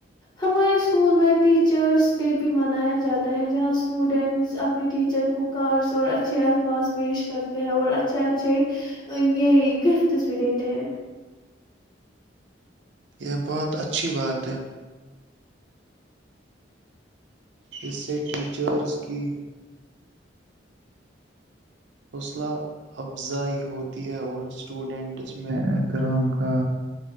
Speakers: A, on the left; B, on the right.
A: ہمارے اسکول میں ٹیچرس ڈے بھی منایا جاتا ہے جہاں اسٹوڈینٹس اپنے ٹیچر کو کارس اور اچھے الفاظ پیش کرتے ہیں اور اچھے اچھے یہ گفٹس بھی دیتے ہیں
B: یہ بہت اچھی بات ہے اس سے ٹیچرس کی حوصلہ افزائی ہوتی ہے اور اسٹوڈنٹس میں احترام کا